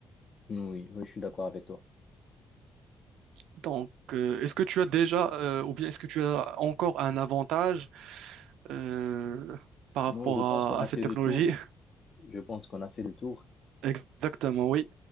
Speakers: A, on the left (about 45°); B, on the right (about 85°).
A: Oui, oui, je suis d'accord avec toi.
B: Donc, euh, est-ce que tu as déjà, euh, ou bien est-ce que tu as encore un avantage euh, par
A: Non,
B: rapport
A: je pense
B: à,
A: qu'on a
B: à cette
A: fait
B: technologie?
A: le tour. Je pense qu'on a fait le tour.
B: <laughs> Exactement, oui.